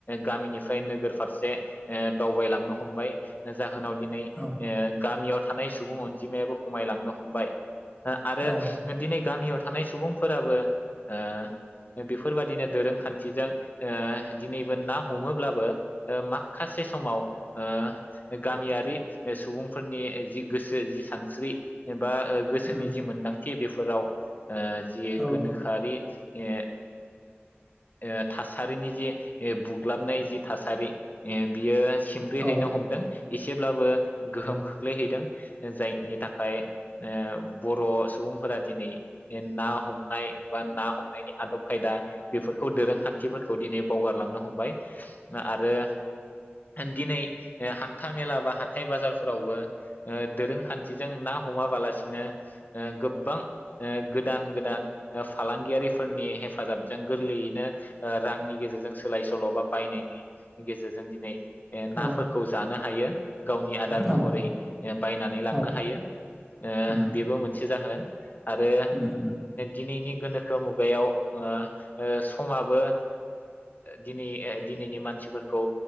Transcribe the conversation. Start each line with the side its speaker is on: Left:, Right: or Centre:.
Left: गामिनिफ्राय नोगोर फारसे ओ दावबायलांनो हमबाय जाहोन जाहोनाव दिनै ओ
Centre: औ
Left: गामियाव थानाय सुबुं अनजिमायाबो खमायलांनो हमबाय ओ आरो
Centre: औ
Left: दिनै गामियाव थानाय सुबुंफोराबो ओ बेफोरबादिनो दोरोंखान्थिजों ओ दिनैबो ना हमोब्लाबो माखासे समाव ओ गामियारि सुबुंफोरनि जि गोसो जि सानस्रि ओ बा गोसोनि
Centre: उम,
Left: जि मोनदां थि बेफोराव ओ जि
Centre: औ
Left: गोनोखोआरि ओ ओ थासारिनि जि ओ बुग्लाबनाय जि थासारि ओ बियो सिमब्रे
Centre: औ
Left: हैनो हमदों एसेब्लाबो गोहोम
Centre: औ
Left: खोख्लैहैदों जायनि थाखाय ओ बर' सुबुंफोरा दिनै ना हमनाय बा ना हमनायनि आदब खायदा बेफोरखौ दोरोंखान्थिफोरखौ दिनै बावगारलांनो हमबाय आरो दिनै ओ हान्था मेला बा हाथाय बाजारफोरावबो ओ दोरोंखान्थिजों ना हमाबालासिनो ओ गोबां ओ गोदान गोदान ओ फालांगियारिफोरनि हेफाजाबजों गोरलैयैनो ओ रांनि गेजेरजों सोलाय सोल' बा बायनायनि गेजेरजों दिनै नाफोरखौ
Centre: औ
Left: जानो हायो <inaudible> गावनि आदार महरै
Centre: औ
Left: बायनानै लांनो
Centre: औ
Left: हायो ओ
Centre: उम,
Left: बेबो मोन जाहोन आरो
Centre: उम, उम,
Left: दिनैनि गोनोखो मुगायाव ओ ओ समाबो दिनै दिनैनि मानसिफोरखौ